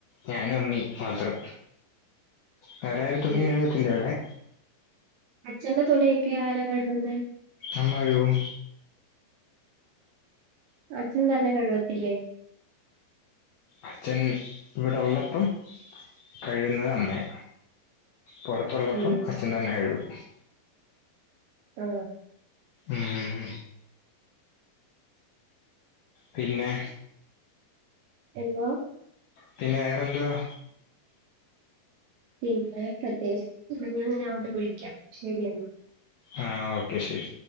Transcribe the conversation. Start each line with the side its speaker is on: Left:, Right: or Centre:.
Left: ഞാനും അമ്മിം മാത്രം വേറാരും തുണി
Right: ഉം.
Left: കഴ് വത്തില്ല്ടെ
Right: അച്ഛന്റെ തുണിയൊക്കെ ആരാ കഴ്ക്
Left: അമ്മ കഴ്കും
Right: അച്ഛൻ തന്നെ കഴ് വത്തില്ലേ
Left: അച്ഛൻ ഇവിടൊള്ളപ്പം കഴ്‌ക്ന്നത് അമ്മയാ പുറത്തൊള്ളപ്പം
Right: ഉം
Left: അച്ഛൻ തന്നെ കഴ്കും
Right: ആ
Left: ഉം പിന്നെ
Right: എന്താേ?
Left: പിന്നെ വേറെന്തുവാ
Right: പിന്നെ പ്രത്യേച്ച് ഇല്ല ഞാൻന്നെ അങ്ങോട്ട് പോയിരിക്കാം ശരിയെന്ന
Left: ആ ഓക്കെ ശരി